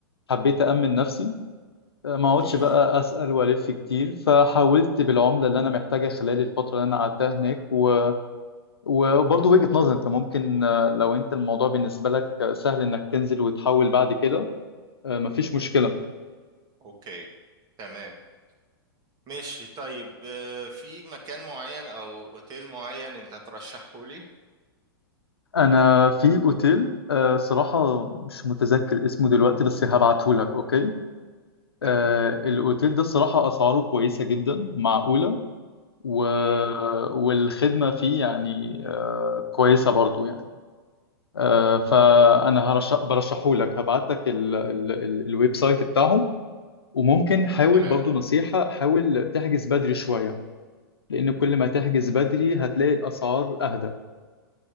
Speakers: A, on the left (about 80°); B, on the right (about 30°).
A: حبيت امن نفسي ما اقعدش
B: امم
A: بقى اسال والف كتير فحاولت بالعمله اللي انا محتاجها خلال الفتره اللي انا قعدتها هناك و... وبرضه وجهه نظر انت ممكن آه، لو انت الموضوع بالنسبه لك سهل انك تنزل وتحول بعد كده آه، مفيش مشكله
B: اوكي تمام ماشي طيب آه، في مكان معين او اوتيل معين انت ترشحه لي
A: انا في اوتيل آه، صراحه مش متذكر اسمه دلوقتي بس هبعته لك اوكي
B: تمام
A: آه، الاوتيل ده الصراحه اسعاره كويسه جدا معقوله و...
B: امم
A: والخدمه فيه يعني آه، كويسه برضه يعني آه، فانا هرش- برشحه لك هبعت لك ال- ال- ال- الويب سايت بتاعهم وممكن حاول
B: تمام
A: برضو نصيحة حاول تحجز بدري شوية لان كل ما تحجز بدري هتلاقي الاسعار اهدى